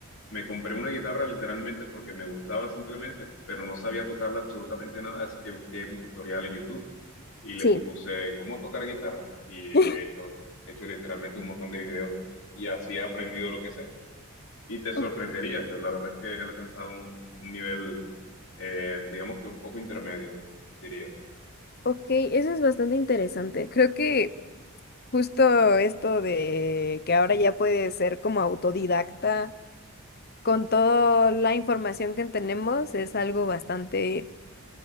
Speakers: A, on the left (about 60°); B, on the left (about 45°).
A: Me compré una guitarra literalmente porque me gustaba simplemente, pero no sabía tocarla absolutamente nada, así que busqué un tutorial en YouTube y le
B: sí.
A: puse cómo tocar guitarra y he
B: <laughs>
A: hecho, he hecho literalmente un montón de videos y, y así he aprendido lo que sé. Y te sorprenderías,
B: O-
A: la verdad es que he alcanzado un, un nivel, eh, digamos que un poco intermedio, diría.
B: Ok, eso es bastante interesante. Creo que Justo esto de que ahora ya puedes ser como autodidacta con toda la información que tenemos es algo bastante